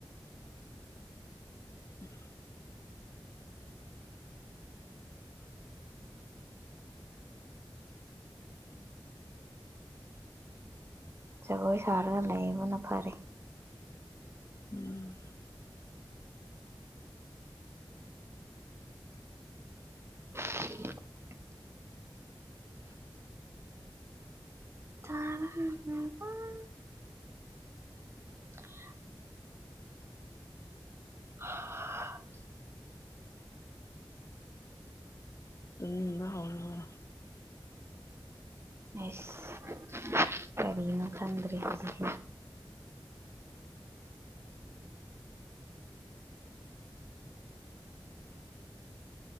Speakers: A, on the left; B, on the right.
A: <unintelligible>
B: ꯖꯒꯣꯏ ꯁꯥꯔ ꯂꯩꯕꯅ ꯐꯔꯦ
A: ꯎꯝ
B: <unintelligible> <unintelligible> <unintelligible> <unintelligible>
A: ꯇꯨꯝꯅꯤꯡꯕ ꯍꯧꯔꯕꯣ
B: ꯑꯦꯁ ꯀꯔꯤꯅꯣ ꯈꯪꯗ꯭ꯔꯦ ꯍꯧꯖꯤꯛꯁꯦ